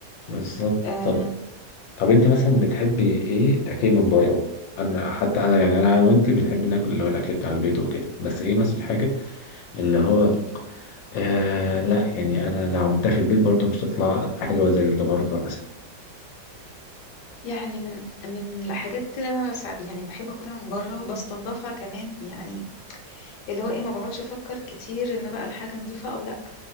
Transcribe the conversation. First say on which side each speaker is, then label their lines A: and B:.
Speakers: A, on the left; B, on the left.
A: بالظبط
B: آه
A: طب طب أنت مثلا بتحبي إيه أكل من بره؟ أنا حتى أنا يعني أنا وأنت بنحب ناكل اللي هو الأكل بتاع البيت وكده بس إيه مثلا الحاجة اللي هو آه لا يعني أنا لو عملتها في البيت برضو مش هتطلع حلوة زي اللي بره مثلا
B: يعني من من الحاجات اللي أنا بس- يعني بحب أكلها من بره وبستنضفها كمان يعني اللي هو ايه ما بقعدش افكر كتير ان بقى الحاجة نظيفة او لأ